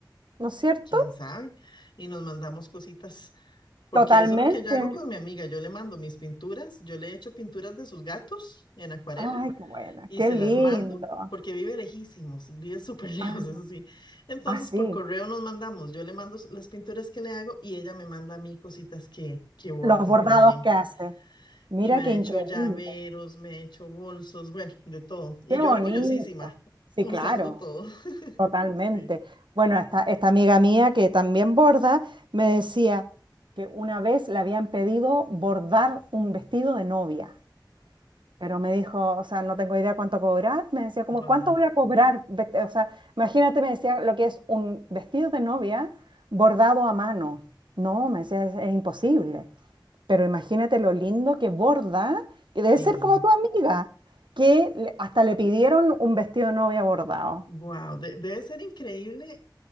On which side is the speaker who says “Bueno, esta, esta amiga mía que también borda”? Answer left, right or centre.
Right